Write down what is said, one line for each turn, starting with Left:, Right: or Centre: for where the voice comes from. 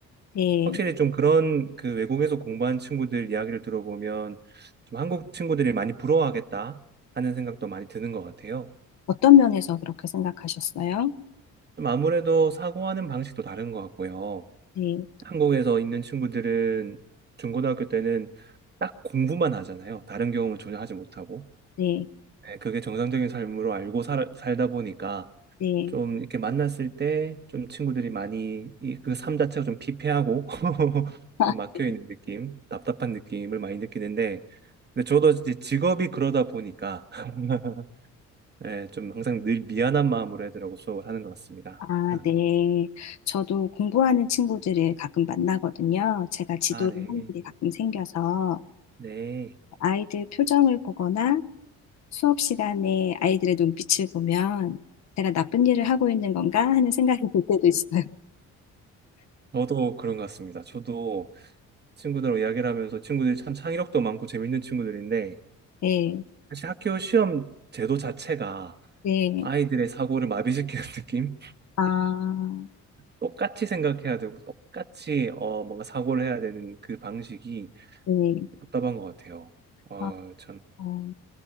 Left: 네.
Right: 확실히 좀 그런 그 외국에서 공부한 친구들 이야기를 들어보면 좀 한국 친구들이 많이 부러워하겠다 하는 생각도 많이 드는 것 같아요.
Left: 어떤 면에서 그렇게 생각하셨어요?
Right: 좀 아무래도 사고하는 방식도 다른 것 같고요.
Left: 네,
Right: 한국에서 있는 친구들은 중고등학교 때는 딱 공부만 하잖아요. 다른 경험을 전혀 하지 못하고.
Left: 네,
Right: 네, 그게 정상적인 삶으로 알고 살, 살다 보니까
Left: 네.
Right: 좀 이렇게 만났을 때 좀 친구들이 많이 이 그 삶 자체가 좀 피폐하고 <laughs>
Left: <laughs>
Right: 좀 막혀 있는 느낌, 답답한 느낌을 많이 느끼는데 근데 저도 이제 직업이 그러다 보니까 <laughs> 예, 좀 항상 늘 미안한 마음으로 애들하고 수업을 하는 것 같습니다.
Left: 아,
Right: <laughs>
Left: 네. 저도 공부하는 친구들을 가끔 만나거든요. 제가 지도를
Right: 아, 네.
Left: 하는 일이 가끔 생겨서
Right: 네.
Left: 아이들 표정을 보거나 수업 시간에 아이들의 눈빛을 보면 제가 나쁜 일을 하고 있는 건가 하는 생각이 들 때도 있어요. <laughs>
Right: 저도 그런 것 같습니다. 저도 친구들하고 이야기를 하면서 친구들이 참 창의력도 많고 재밌는 친구들인데
Left: 네,
Right: 사실 학교 시험 제도 자체가
Left: 네.
Right: 아이들의 사고를 마비시키는 <laughs> 느낌?
Left: 아,
Right: 똑같이 생각해야 되고 똑같이 어, 뭔가 사고를 해야 되는 그 방식이
Left: 네.
Right: 답답한 것 같아요. 어,
Left: 아,
Right: 참.
Left: 어.